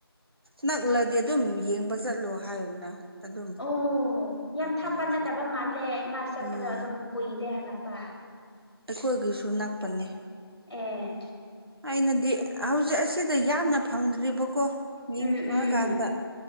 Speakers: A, on the right; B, in the centre.
A: ꯅꯛꯂꯗꯤ ꯑꯗꯨꯝ ꯌꯦꯡꯕ ꯆꯠꯂꯣ ꯍꯥꯏꯅ ꯑꯗꯨꯝ
B: ꯑꯣ
A: ꯈꯔ
B: ꯌꯥꯝ ꯊꯥꯄ
A: ꯈꯔꯁꯨ
B: ꯅꯠꯇꯕ ꯃꯥꯜꯂꯦ ꯃꯥ ꯆꯠꯄꯗꯣ
A: ꯎꯝ
B: ꯑꯗꯨꯝ ꯀꯨꯏꯗꯦ ꯍꯜꯂꯛꯄ
A: ꯑꯩꯈꯣꯏꯒꯤꯁꯨ ꯅꯛꯄꯅꯦ
B: ꯑꯦ
A: ꯑꯩꯅꯗꯤ ꯍꯧꯖꯤꯛ ꯑꯁꯤꯗ ꯌꯥꯝꯅ ꯐꯪꯗ꯭ꯔꯤꯕꯀꯣ ꯌꯦꯡ
B: ꯎꯝ ꯎꯝ
A: ꯐꯪꯉꯀꯥꯟꯗ